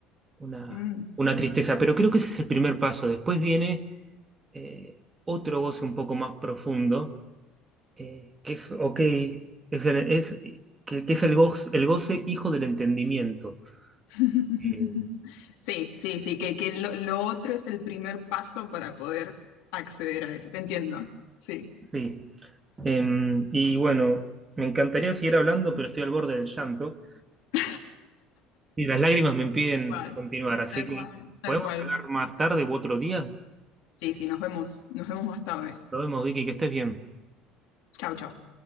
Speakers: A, on the right; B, on the left.
A: una,
B: mm,
A: una tristeza, pero creo que ese es el primer paso. Después viene eh, otro goce un poco más profundo, eh, que es, ok, es el, es, que, que es el goce, el goce hijo del entendimiento.
B: <laughs>
A: Eh,
B: Sí, sí, sí, que, que lo, lo otro es el primer paso para poder acceder a eso. ¿Se Entiendo. Sí,
A: sí, Em, y bueno, me encantaría seguir hablando, pero estoy al borde del llanto.
B: <laughs>
A: Y las lágrimas me impiden
B: tal cual,
A: continuar, así
B: tal
A: que
B: cual, tal
A: podemos
B: cual.
A: hablar más tarde u otro día.
B: Sí, sí, nos vemos, nos vemos más tarde.
A: Nos vemos, Vicky, que estés bien.
B: Chau, chau.